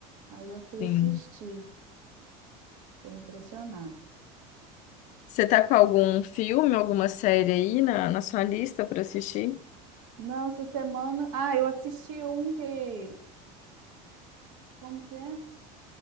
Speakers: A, on the right (about 75°); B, on the left (about 45°).
A: Aí eu fui
B: Sim.
A: assistir, fiquei impressionado.
B: Você tá com algum filme, alguma série aí na, na sua lista pra assistir?
A: Não, essa semana. Ah, eu assisti um que. Como que é?